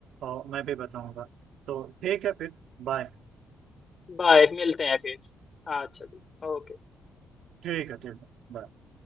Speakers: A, on the right; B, on the left.
A: और मैं भी बताऊंगा तो ठीक है फिर बाय
B: बाय मिलते हैं फिर अच्छा जी ओके
A: ठीक है ठीक है bye।